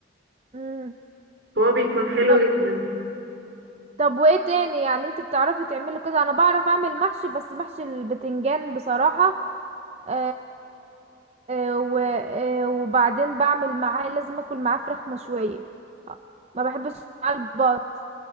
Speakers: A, on the right; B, on the right.
A: امم
B: هو بيكون حلو
A: طب
B: جدا
A: طب وايه تاني يعني انت بتعرفي تعملي كده انا بعرف اعمل محشي بس محشي البتنجان بصراحه آه، آه، و- آه، وبعدين بعمل معاه لازم اكل معاه فراخ مشوية آه، ما بحبش معاه البط